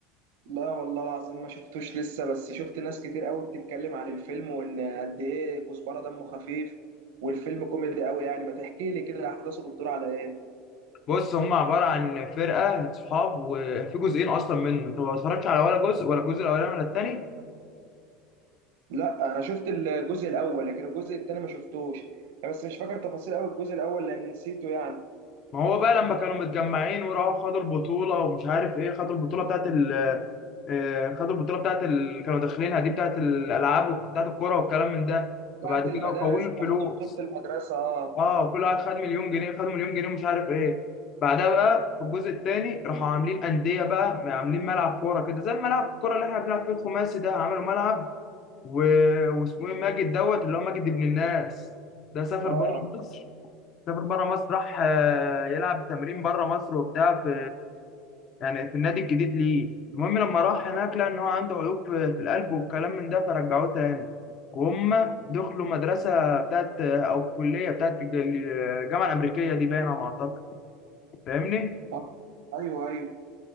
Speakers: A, on the right; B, on the left.
A: لا والله العظيم ما شفتوش لسه بس شفت ناس كتير قوي بتتكلم عن الفيلم وان قد ايه كزبره دمه خفيف والفيلم كوميدي قوي يعني ما تحكي لي كده احداثه بتدور على ايه
B: بص هم عباره عن فرقه صحاب وفي جزئين اصلا منه انت ما اتفرجتش على ولا جزء ولا الجزء الاولاني ولا التاني
A: لا انا شفت الجزء الاول لكن الجزء الثاني ما شفتوش يعني بس مش فاكر تفاصيل قوي الجزء الاول لان نسيته يعني
B: ما هو بقى لما كانوا متجمعين وراحوا خدوا البطوله ومش عارف ايه خدوا البطوله بتاعت آه، خدوا البطوله بتاعت ال... كانوا داخلينها دي بتاعت الالعاب وبتاعت الكوره والكلام من ده
A: بتاعه
B: فبعد
A: المدارس
B: كده كونوا الفلوس
A: لما خدوا بطولة المدرسة اه
B: اه كل واحد خد مليون جنيه خدوا مليون جنيه ومش عارف ايه بعدها بقى في الجزء الثاني راحوا عاملين انديه بقى عاملين ملعب كوره كده زي الملعب الكوره اللي احنا بنلعب فيه الخماسي ده عملوا ملعب و... واسمه ايه ماجد دوت اللي هو ماجد ابن الناس ده سافر
A: اه
B: بره مصر سافر بره مصر راح آه، يلعب تمرين بره مصر وبتاع في يعني في النادي الجديد ليه المهم لما راح هناك لقى ان هو عنده عيوب في, في القلب والكلام من ده فرجعوه تاني وهم دخلوا مدرسة بتاعت آه، او كلية بتاعت الج- الجامعة الأمريكية دي باينة على ما أعتقد فاهمني؟
A: آه. ايوه ايوه